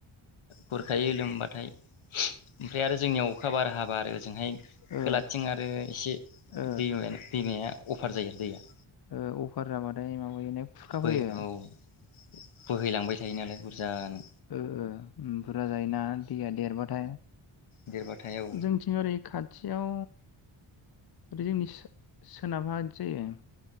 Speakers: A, on the left; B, on the left.
A: खुरखायो लोमबाथाय ओमफ्राय आरो जोंनियाव अखा बार हाबा आरो ओजोंहाय खोलाथिं
B: ओ
A: आरो एसे
B: ओ
A: दै दैमाया अभार जायो दैया।
B: ओ अभार माने माब बयोनो खुरखा
A: बो
B: फैयो।
A: औ बोहैलांबाय थायो नालाय बुरजानो।
B: ओ बुरजा जायोना दैया देरबाथाय
A: देरबाथाय औ
B: जोंनिथिं ओरै खाथियाव ओरै जोंनि सोनाबहा बिदि जायो।